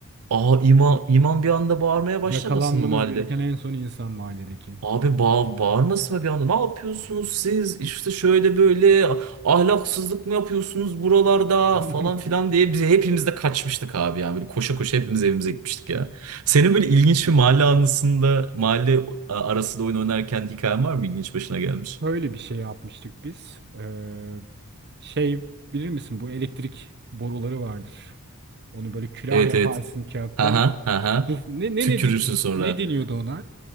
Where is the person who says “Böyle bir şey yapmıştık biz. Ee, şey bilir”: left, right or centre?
Right